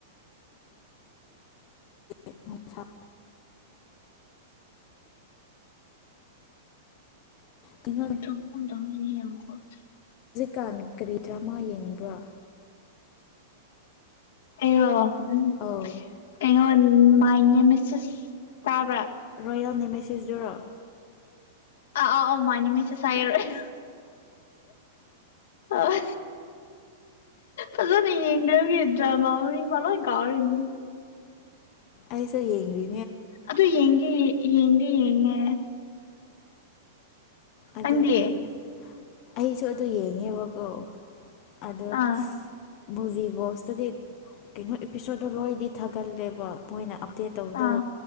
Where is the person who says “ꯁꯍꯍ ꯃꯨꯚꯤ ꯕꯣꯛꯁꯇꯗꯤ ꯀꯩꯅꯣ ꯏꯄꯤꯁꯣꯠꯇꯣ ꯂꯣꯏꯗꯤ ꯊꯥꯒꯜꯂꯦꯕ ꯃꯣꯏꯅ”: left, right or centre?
Left